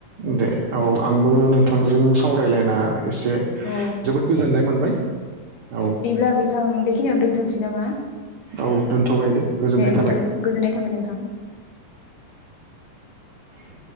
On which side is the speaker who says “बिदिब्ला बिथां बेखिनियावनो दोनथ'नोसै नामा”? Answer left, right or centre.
Left